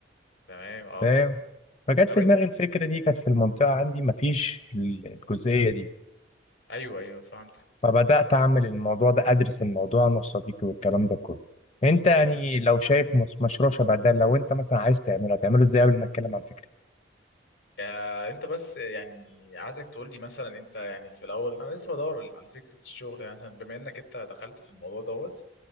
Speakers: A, on the left; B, on the left.
A: تمام اه
B: فاهم فجت
A: طب
B: في
A: انت
B: دماغي الفكره دي كانت في المنطقه عندي مفيش ال- الجزئيه دي
A: ايوه ايوه فهمتك
B: فبدات اعمل الموضوع ده ادرس الموضوع انا وصديقي والكلام ده كله انت
A: حلو
B: يعني لو شايف مس- مشروع شبه ده لو انت مثلا عايز تعمله هتعمله ازاي قبل ما اتكلم عن الفكره
A: آه انت بس يعني عايزك تقول لي مثلا انت يعني في الاول انا لسه بدور على فكره الشغل يعني مثلا بما انك انت دخلت في الموضوع دوت